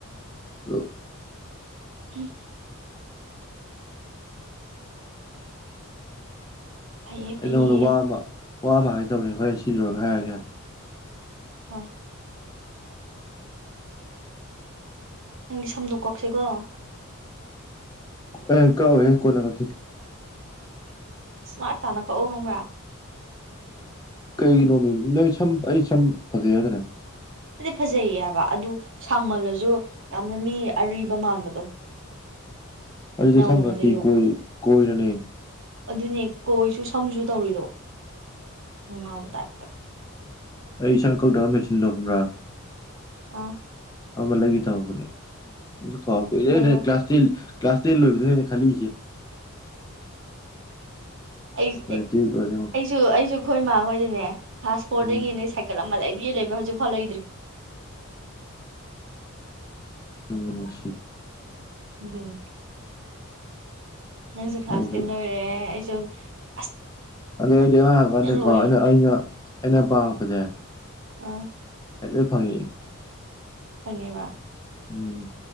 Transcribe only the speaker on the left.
ꯑꯗꯣ
ꯏꯩꯅꯗ ꯋꯥ ꯑꯃꯥ ꯋꯥ ꯑꯃꯥ ꯍꯥꯏꯗꯣꯏ ꯂꯩ ꯁꯤ ꯂꯣꯏꯔꯒ ꯍꯥꯏꯔꯒꯦ ꯌꯥꯔꯦ
ꯑꯦ ꯀꯣ ꯑꯦ ꯀꯣꯅꯥ ꯀꯀꯦ
ꯀꯩꯒꯤꯅꯣꯡꯃꯤ ꯁꯝ ꯑꯩ ꯁꯝ ꯐꯖꯩ ꯍꯥꯏꯗꯥꯏꯅꯦ
ꯑꯗꯨꯗꯤ
ꯁꯝꯅ ꯅꯥꯠꯇꯤꯌꯦ
ꯀꯣꯏ ꯀꯣꯏꯅꯅꯦ
ꯑꯩ ꯏꯁꯪ ꯀꯧꯗ ꯃꯦꯆꯤꯟꯗꯣ ꯈꯪꯕ꯭ꯔꯥ
ꯑꯃ ꯂꯩꯒꯦ ꯇꯧꯕꯅꯦ ꯀꯣ ꯀꯨꯏꯔꯦꯅꯦ
ꯀ꯭ꯂꯥꯁ ꯇꯦꯟ ꯀ꯭ꯂꯥꯁ ꯇꯦꯟ ꯂꯣꯏꯕꯗꯅꯦ ꯑꯩꯅ ꯈꯜꯂꯛꯏꯁꯦ
ꯇꯨꯌꯦꯜꯞ ꯂꯣꯏꯔꯦ ꯌꯦꯡꯉꯣ
ꯎꯝ
ꯅꯨꯡꯕꯨ ꯅꯨꯡꯁꯤ
ꯑꯩꯁꯨ
ꯑꯗꯣ ꯑꯩꯗꯤ ꯑꯉꯥꯡ ꯑꯣꯏꯔꯤ ꯀꯟꯗ
ꯀꯣ ꯑꯩꯅ ꯑꯩꯅ ꯄꯥꯃꯛꯄꯖ
ꯂꯣꯏ ꯐꯪꯉꯤ
ꯎꯝ